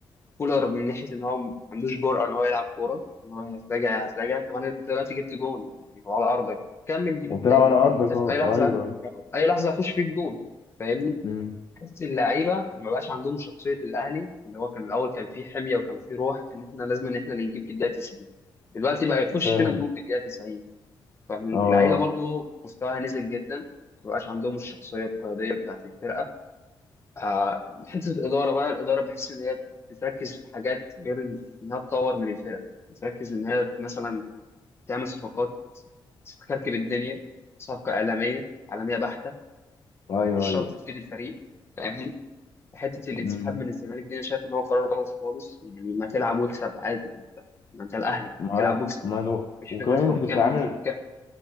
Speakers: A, on the left; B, on the left.
A: كولر من ناحيه ان هو ما عندوش جرأه ان هو يلعب كوره ان هو هتراجع هتراجع طب انا انت دلوقتي جبت جون يعني وعلى ارضك كمل جيب
B: وبتلعب
A: التاني
B: على ارضك
A: لان انت في
B: اه
A: اي لحظه
B: ايوه ايوه
A: اي لحظه هيخش فيك جون فاهمني
B: مم.
A: حته اللعيبه ما بقاش عندهم شخصيه الاهلي اللي هو كان الاول كان فيه حميه وكان فيه روح ان احنا لازم ان احنا اللي نجيب في الدقيقه 90 دلوقتي بقى يخش
B: فاهم
A: فينا الجون في الدقيقه 90 فاللعيبه
B: اه
A: برضو مستواها نزل جدا ما بقاش عندهم الشخصيه القياديه بتاعت الفرقه آه، حته الاداره بقى الاداره بحس ان هي بتركز في حاجات غير إن- انها تطور من الفرق بتركز ان هي مثلا تعمل صفقات تكركب الدنيا صفقه اعلاميه اعلاميه بحته
B: ايوه
A: مش شرط
B: ايوه
A: تفيد الفريق فاهمني حته الانسحاب
B: مم.
A: من الزمالك دي انا شايف ان هو قرار غلط خالص يعني ما تلعب واكسب عادي انت ما انت الاهلي
B: معاك
A: العب واكسب
B: ما هو
A: مش
B: وكمان
A: فكره حكام
B: انت كنت عامل
A: ومش حكام